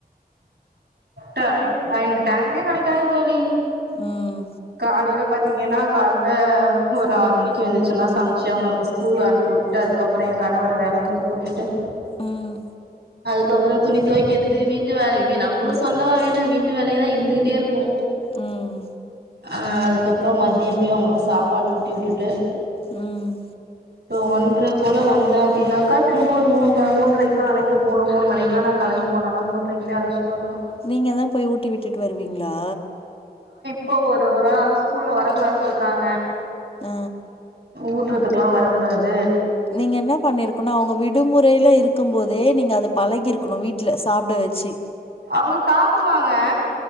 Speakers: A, on the right; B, on the left.
A: டைம் எனக்கு டைமே கடைக்காது தோழி
B: ம்
A: காலைல பாத்தீங்கனா கால்ல ஒரு ஆறு மணிக்கு எந்துச்சன்னா சம்ச்சு அவுங்களுக்கு ஸ்கூல் அனுப்பி வுட்டுட்டு அதுக்கபுறோ எ கணவர வேலக்கி அனுப்பி வுட்டுட்டு
B: ம்
A: அதுக்கபுறோ துணி தோய்க்கிறது வீட்டு வேல <unintelligible> நமக்குதா சொல்லவா வேணு வேலலா இருந்துகிட்டே இருக்கு
B: ம்
A: அ அதுக்கப்றோ மதியம் போய் அவுங்களுக்கு சாப்பாடு ஊட்டி விட்டுட்டு
B: ம்
A: அப்றோ ஒன்ற போல வந்த அப்டினாக்கா திரும்ப ஒரு மூண் மூன்றரைக்குலா அழைக்க போணு மூண் மணிக்குலா நா கெளம்பி போனா தா மூன்றைக்கு போய் அழச்சிட்டு வரலா
B: நீங்க தா போய் ஊட்டி விட்டுட்டு வருவீங் லா
A: போ ஒரு ஒரு <unintelligible> ஸ்கூல்ல வரக்கூடாத்ன் சொல்றாங்க
B: அ
A: ஊட்டுறதுக்குல்லா வர கூடாது
B: நீங்க என்ன பண்ணிருக்கனௌ அவுங்க விடுமுறைல இருக்கும் போதே நீங்க அது பழகி இருக்கணு வீட்ல சாப்ட வெச்சி
A: அவுங்க சாப்டுவாங்க